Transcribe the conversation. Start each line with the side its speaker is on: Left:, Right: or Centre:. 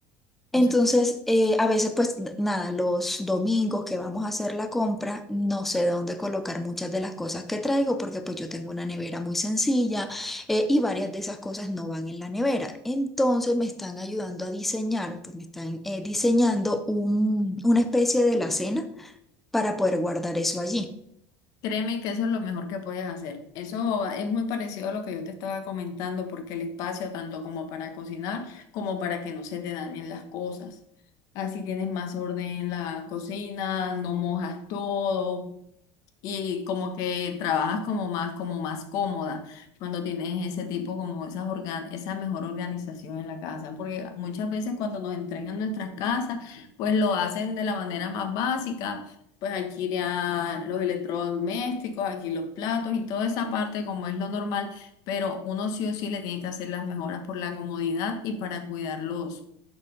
Centre: Entonces,
Left: O
Centre: eh, a veces, pues n- nada, los domingos que vamos a hacer la compra, no sé dónde colocar muchas de las cosas que traigo, porque pues yo tengo una nevera muy sencilla eh, y varias de esas cosas no van en la nevera. Entonces me están ayudando a diseñar, pues me están eh, diseñando un- una especie de la cena para poder guardar eso allí.
Left: Créeme que eso es lo mejor que puedes hacer. Eso es muy parecido a lo que yo te estaba comentando, porque el espacio, tanto como para cocinar, como para que no se te dañen las cosas. Así tienes más orden en la cocina, no mojas todo y como que trabajas como más, como más cómoda cuando tienes ese tipo, como esas organ esa mejor organización en la casa, porque muchas veces cuando nos entregan nuestras casas, pues lo hacen de la manera más básica, pues aquí ya los electrodomésticos, aquí los platos y toda esa parte como es lo normal, pero uno sí o sí le tiene que hacer las mejoras por la comodidad y para cuidarlos